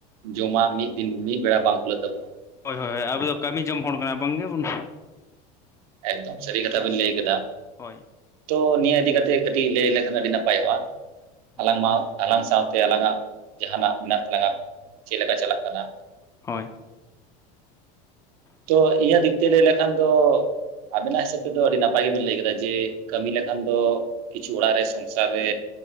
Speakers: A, on the right; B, on the left.
A: ᱡᱚᱢᱟᱜ ᱢᱤᱫ ᱫᱤᱱ ᱢᱤᱫ ᱵᱮᱲᱟ ᱵᱟᱝ ᱠᱩᱞᱟᱹᱜ ᱛᱟᱵᱚᱱᱟ
B: ᱦᱳᱭ ᱦᱳᱭ ᱟᱵᱚ ᱫᱚ ᱠᱟᱹᱢᱤ ᱡᱚᱢ ᱦᱚᱲ ᱠᱟᱱᱟ ᱵᱟᱝᱜᱮ ᱵᱚᱱ
A: ᱮᱠᱫᱚᱢ ᱥᱟᱹᱨᱤ ᱠᱟᱛᱷᱟ ᱵᱮᱱ ᱞᱟᱹᱭ ᱠᱮᱫᱟ᱾
B: ᱦᱳᱭ
A: ᱛᱚ ᱱᱤᱭᱟᱹ ᱤᱫᱤ ᱠᱟᱛᱮᱜ ᱠᱟᱹᱴᱤᱡ ᱞᱟᱹᱭ ᱞᱮᱠᱷᱟᱱ ᱟᱹᱰᱤ ᱱᱟᱯᱟᱭᱚᱜᱼᱟ
B: ᱦᱳᱭ
A: ᱟᱞᱟᱝᱢᱟ ᱟᱞᱟᱝ ᱥᱟᱶᱛᱮ ᱟᱞᱟᱝᱟᱜ ᱡᱟᱦᱟᱱᱟᱜ ᱢᱮᱱᱟᱜ ᱛᱟᱞᱟᱝᱟ ᱪᱮᱫ ᱞᱮᱠᱟ ᱪᱟᱞᱟᱜ ᱠᱟᱱᱟ?
B: ᱦᱳᱭ
A: ᱛᱚ ᱤᱭᱟᱹ ᱫᱤᱠ ᱛᱮ ᱞᱟᱹᱭ ᱞᱮᱠᱷᱟᱱ ᱫᱚ ᱟᱵᱮᱱᱟᱜ ᱦᱤᱥᱟᱹᱵ ᱛᱮᱫᱚ ᱟᱹᱰᱤ ᱱᱟᱯᱟᱭ ᱜᱮᱵᱮᱱ ᱞᱟᱹᱭ ᱠᱟᱫᱟ ᱡᱮ ᱠᱟᱹᱢᱤ ᱞᱮᱠᱷᱟᱱ ᱫᱚ ᱠᱤᱪᱷᱩ ᱚᱲᱟᱜ ᱨᱮ ᱥᱚᱝᱥᱟᱨ ᱨᱮ